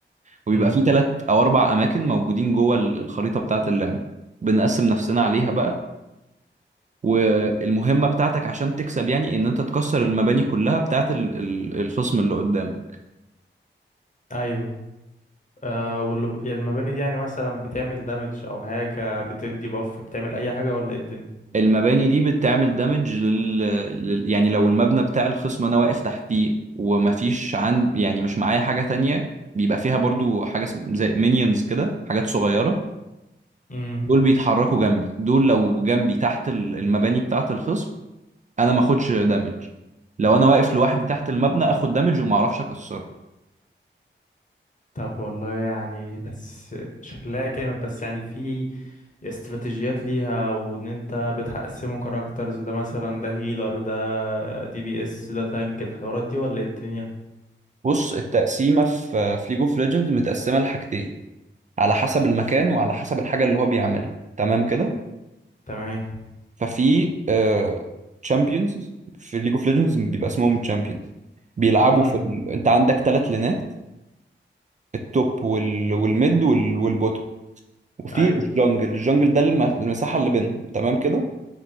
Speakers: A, on the right; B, on the left.
A: وبيبقى
B: امم
A: في ثلاث او اربع اماكن موجودين جوه ال- الخريطة بتاعت اللعبة بنقسم نفسنا عليها بقى والمهمة بتاعتك عشان تكسب يعني ان انت تكسر المباني كلها بتاعت ال- ال- الخصم اللي قدامك
B: ايوه آه واللي ب- يعني المباني دي يعني مثلا بتعمل دامج او حاجه بتدي باف بتعمل اي حاجه ولا ايه الدنيا
A: المباني دي بتعمل دامج لل... لل... يعني لو المبنى بتاع الخصم انا واقف تحتيه ومفيش عند يعني مش معايا حاجة تانية بيبقى فيها برضو حاجة اسم- زي مينيونز كده حاجات صغيرة
B: امم
A: دول بيتحركوا جنبي دول لو جنبي تحت ال- المباني بتاعت الخصم انا ما اخدش دامج لو انا واقف لوحدي تحت المبنى اخد دامج وما اعرفش اكسره
B: طب والله يعني بس شكلها جامد بس يعني في استراتيجيات ليها وان انت بتقسمه كاركترز ده مثلا ده هيلر ده دي بي اس ده تانك الحوارات دي ولا إيه الدنيا
A: بص التقسيمة في في ليج اوف ليجندز متقسمة لحاجتين على حسب المكان وعلى حسب الحاجة اللي هو بيعملها تمام كده
B: تمام
A: ففي تشامبيونز في ليج اوف ليجندز بيبقى اسمهم تشامبيونز بيلعبوا
B: امم
A: في ال... انت عندك ثلاث لينات التوب وال... والميد وال... والبوتو وفي
B: ايوه
A: الجنجل الجنجل ده الم... المساحة اللي بينهم تمام كده